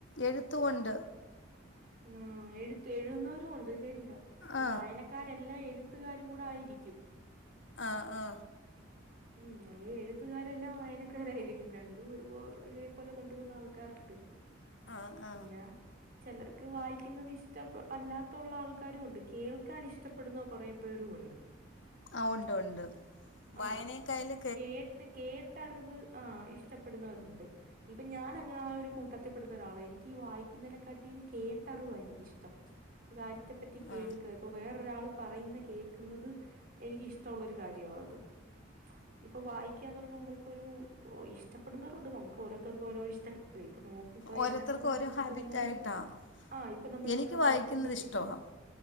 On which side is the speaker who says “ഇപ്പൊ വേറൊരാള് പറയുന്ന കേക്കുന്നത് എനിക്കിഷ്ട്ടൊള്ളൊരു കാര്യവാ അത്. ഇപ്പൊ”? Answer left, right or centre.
Right